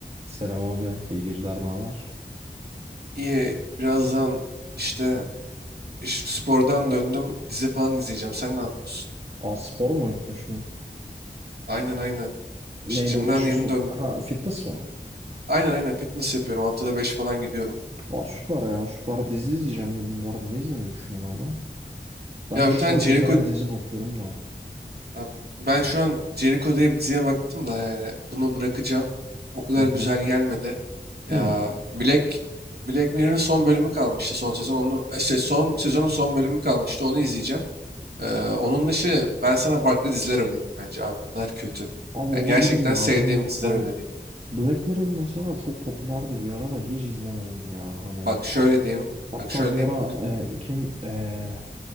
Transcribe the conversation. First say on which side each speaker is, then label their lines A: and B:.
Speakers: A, on the right; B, on the right.
A: Selam abi. İyi geceler. Ne haber?
B: İyi, birazdan işte iş- spordan döndüm. Dizi falan izleyeceğim. Sen ne yapıyorsun?
A: Aa spor mu yapıyorsun?
B: Aynen aynen.
A: Neyle
B: İşte jimden
A: uğraşıyorsun?
B: yeni döndüm.
A: Ha fitness mı?
B: Aynen aynen fitness yapıyorum. Haftada 5 falan gidiyorum. yani.
A: Aa süper ya. Süper dizi izleyeceğim dedim. Bu arada ne izlemeyi düşünüyorsun abi? Ben
B: Ya
A: de şu
B: bir tane
A: sıralar
B: Jericho...
A: izlemeye dizi bakıyorum da.
B: Ha, Ben şu an Jericho diye bir diziye baktım da yani bunu bırakacağım. O kadar
A: Hı hı.
B: güzel gelmedi. Ya
A: Hı.
B: Black, Black Mirror'ın son bölümü kalmıştı son sezon. Onu, işte son sezonun son bölümü kalmıştı. Onu izleyeceğim. Ee, onun dışı ben sana farklı diziler önereyim bence abi bunlar kötü.
A: Abi
B: Yani
A: olabilir
B: gerçekten
A: ya.
B: sevdiğim
A: Bilmem
B: diziler
A: ben
B: önereyim.
A: Black Mirror mesela çok popülerdi bir ara da hiç izlemedim ya. Hani
B: Bak şöyle diyeyim,
A: hatta
B: bak şöyle
A: bir
B: diyeyim.
A: ara
B: Bl-
A: e, kim e,